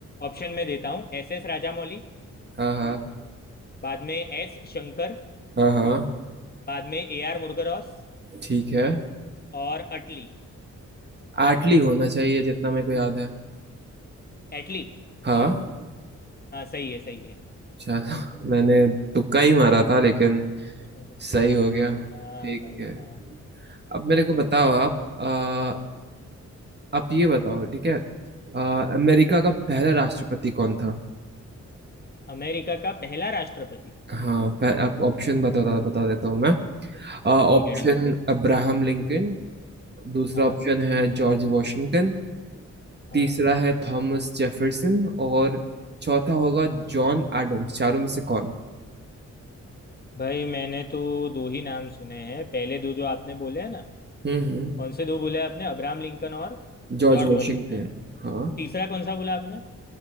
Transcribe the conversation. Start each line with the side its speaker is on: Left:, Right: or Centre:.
Left: ऑप्शन में देता हूँ एस एस राजामौली
Right: हाँ हाँ
Left: बाद में एस शंकर
Right: हाँ हाँ
Left: बाद में ए आर मुरुगदॉस
Right: ठीक है
Left: और अटली
Right: आटली होना चाहिए जितना मेरे को याद है
Left: एटली
Right: हाँ
Left: हाँ सही है सही है
Right: चलो <laughs> मैंने तुक्का ही मारा था लेकिन
Left: <laughs>
Right: सही हो गया
Left: हाँ
Right: ठीक
Left: भाई
Right: है
Left: हाँ
Right: अब मेरे
Left: हाँ
Right: को
Left: चलो
Right: बताओ आप अ, आप ये बताओ ठीक है अ, अमेरिका
Left: हाँ
Right: का पहला राष्ट्रपति कौन था
Left: अमेरिका का पहला राष्ट्रपति
Right: हाँ पह- आप ऑप्शन बता बता देता हूँ मैं अ, ऑप्शन
Left: ठीक है ठीक है
Right: अब्राहम लिंकन दूसरा
Left: हाँ
Right: ऑप्शन है जॉर्ज वॉशिंगटन
Left: हाँ
Right: तीसरा है थॉमस जेफरसन और चौथा होगा जॉन एडम्स चारों में से कौन
Left: भाई मैंने तो दो ही नाम सुने हैं पहले दो जो आपने बोले हैं ना
Right: हम्म हम्म
Left: कौन से दो बोले आपने अब्राहम लिंकन और
Right: जॉर्ज
Left: जॉर्ज
Right: वॉशिंगटन
Left: वाशिंगटन
Right: हाँ
Left: तीसरा कौन सा बोला आपने